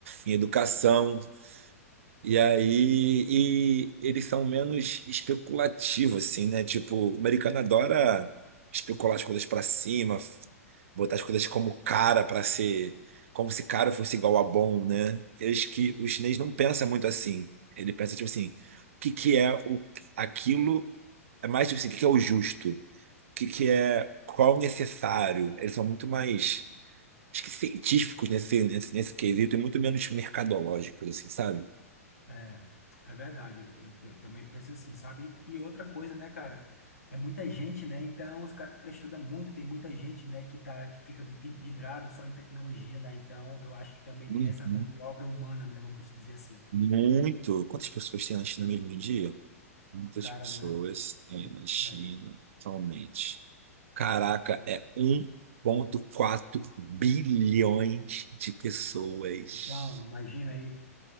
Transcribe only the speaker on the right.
em educação. E aí, e eles são menos especulativos, assim, né? Tipo, o americano adora especular as coisas pra cima, f- botar as coisas como cara pra ser, como se cara fosse igual a bom, né? Eles que
o chinês não pensa muito assim. Ele pensa tipo assim, o que que é o aquilo é mais tipo assim, o que que é o justo? O que que é qual é o necessário? Eles são muito mais acho que científicos nesse, nesse, nesse quesito e muito menos mercadológicos, assim, sabe?
Uhum.
Muito. Quantas pessoas tem na China mesmo em dia? Muitas
pessoas
tem na China
atualmente. Caraca, é um ponto quatro bilhões de pessoas.